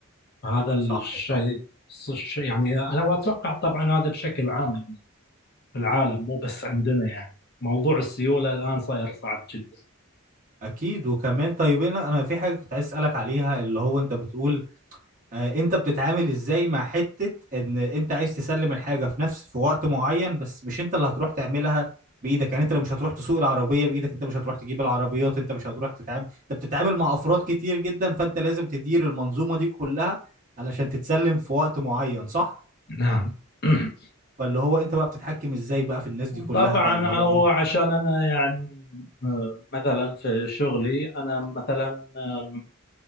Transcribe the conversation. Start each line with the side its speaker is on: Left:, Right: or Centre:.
Left: هذا الشيء
Right: صح صح
Left: الش- يعني انا واتوقع طبعا هذا بشكل عام يعني في العالم مو بس عندنا يعني موضوع السيوله الان صاير صعب جدا
Right: اكيد وكمان طيب انا أنا في حاجه كنت عايز اسالك عليها اللي هو انت بتقول آه، انت بتتعامل ازاي مع حتة ان انت عايز تسلم الحاجة في نفس في وقت معين بس مش انت اللي هتروح تعملها بايدك يعني انت اللي مش هتروح تسوق العربية بايدك انت مش هتروح تجيب العربيات انت مش هتروح تتعامل انت بتتعامل مع افراد كتير جدا فانت لازم تدير المنظومة دي كلها علشان تتسلم في وقت معين صح؟
Left: نعم <clears throat>
Right: فاللي هو انت بقى بتتحكم ازاي بقى في الناس دي كلها
Left: طبعا
Right: بقى اللي هو
Left: هو
Right: ايه؟
Left: عشان انا يعني م- مثلا في شغلي انا مثلا آم،